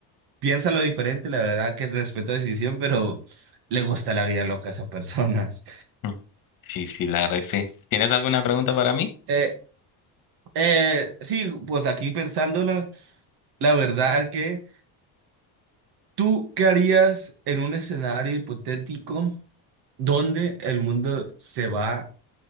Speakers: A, on the right; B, on the left.
A: piensa lo diferente, la verdad que respeto la decisión, pero le gusta la vida loca a esa persona. <laughs>
B: Mm, Sí, sí, la verdad que sí. ¿Tienes alguna pregunta para mí?
A: Eh, eh, sí, pues aquí pensándola. La verdad que tú, ¿qué harías en un escenario hipotético donde el mundo se va